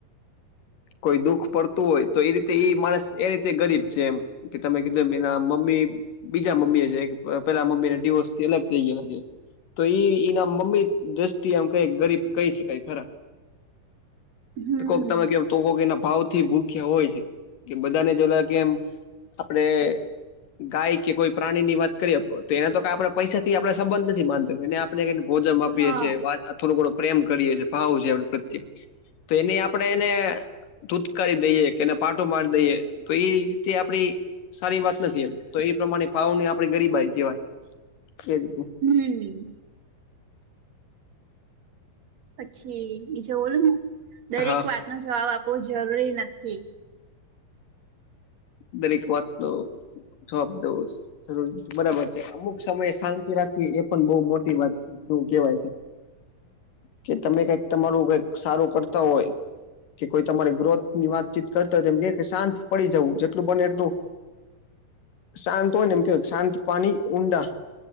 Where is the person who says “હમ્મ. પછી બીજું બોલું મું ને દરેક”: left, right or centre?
Right